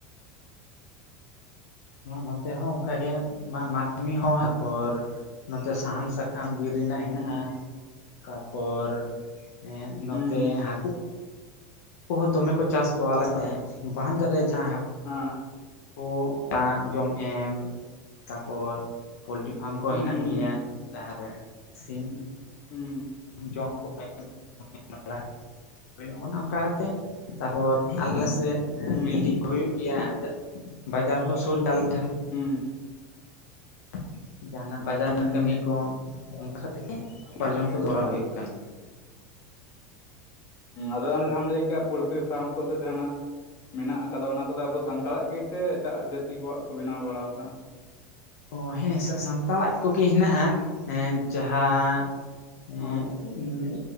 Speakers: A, on the left (about 85°); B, on the left (about 45°).
A: ᱱᱚᱛᱮ ᱦᱚᱸ ᱚᱱᱠᱟᱜᱮ ᱢᱟ ᱢᱟᱱᱢᱤ ᱦᱚᱸ ᱛᱟᱯᱚᱨ ᱱᱚᱛᱮ ᱥᱟᱦᱟᱱ ᱥᱟᱠ ᱥᱟᱠᱟᱢ ᱵᱤᱨ ᱨᱮᱱᱟᱜ ᱦᱮᱱᱟᱜᱼᱟ
B: ᱦᱩᱸ
A: ᱛᱟᱯᱚᱨ ᱮᱸᱫ ᱱᱚᱛᱮ
B: ᱦᱩᱸ ᱦᱩᱸ
A: ᱦᱟᱹᱠᱩ ᱦᱟᱠᱩ ᱦᱚᱸ ᱫᱚᱢᱮ ᱠᱚ ᱪᱟᱥ ᱠᱚᱣᱟ ᱟᱞᱮ <unintelligible> ᱛᱟᱦᱮᱸ ᱵᱟᱱᱫᱽ ᱨᱮ ᱡᱟᱦᱟᱸ
B: ᱦᱟᱸ
A: <unintelligible> ᱡᱚᱢ ᱮᱢ ᱛᱟᱯᱚᱨ ᱯᱳᱞᱴᱤ ᱯᱷᱟᱢ ᱠᱚ
B: ᱦᱩᱸ
A: ᱦᱮᱱᱟᱜ
B: ᱦᱩᱸ
A: ᱜᱮᱭᱟ ᱡᱟᱦᱟᱸ ᱨᱮ ᱥᱤᱢ
B: ᱦᱩᱸ
A: ᱡᱚᱢ ᱠᱚ <unintelligible> <unintelligible> ᱚᱱᱠᱟ ᱠᱟᱛᱮ ᱛᱟᱯᱚᱨ ᱟᱞᱮ ᱥᱮᱫ ᱦᱮᱸ
B: ᱦᱩᱸ ᱦᱩᱸ
A: ᱵᱤᱞᱰᱤᱝ ᱠᱚ ᱦᱩᱭᱩᱜ ᱜᱮᱭᱟ ᱵᱟᱡᱟᱨ ᱦᱚ ᱥᱩᱨ ᱜᱮ ᱟᱞᱮ ᱴᱷᱮᱱ
B: ᱦᱩᱸ
A: <inaudible> ᱡᱟᱦᱟᱱᱟᱜ ᱵᱟᱡᱟᱨ
B: ᱦᱩᱸ
A: ᱠᱟᱹᱢᱤ ᱠᱚ ᱚᱱᱠᱟ ᱠᱟᱛᱮᱫ ᱜᱮ ᱩᱯᱟᱨᱡᱚᱱ
B: ᱦᱩᱸ
A: ᱠᱚ ᱛᱚᱨᱟᱣ
B: ᱦᱩᱸ
A: ᱦᱩᱭᱩᱜ ᱠᱟᱱᱟ
B: ᱟᱫᱚ ᱚᱱᱮ ᱡᱟᱦᱟᱸᱢ ᱞᱟᱹᱭ ᱠᱮᱜᱼᱟ ᱯᱚᱞᱴᱨᱤ ᱯᱷᱟᱨᱢ ᱠᱚᱥᱮ ᱡᱟᱦᱟᱱᱟᱜ ᱢᱮᱱᱟᱜ ᱟᱠᱟᱫᱟ ᱚᱱᱟ ᱠᱚᱫᱚ ᱟᱵᱚ ᱥᱟᱱᱛᱟᱲᱟᱜ ᱜᱮ ᱥᱮ ᱮᱴᱟᱜ ᱡᱟᱹᱛᱤ ᱠᱚᱣᱟᱜ ᱠᱚ ᱵᱮᱱᱟᱣ ᱵᱟᱲᱟᱣ ᱟᱠᱟᱜᱼᱟ
A: ᱚ ᱦᱮᱸ ᱥᱟ ᱥᱟᱱᱛᱟᱲᱟᱜ ᱠᱚᱜᱮ ᱦᱮᱱᱟᱜᱼᱟ ᱮᱸᱫ ᱡᱟᱦᱟᱸ ᱮᱸ <unintelligible>
B: ᱚ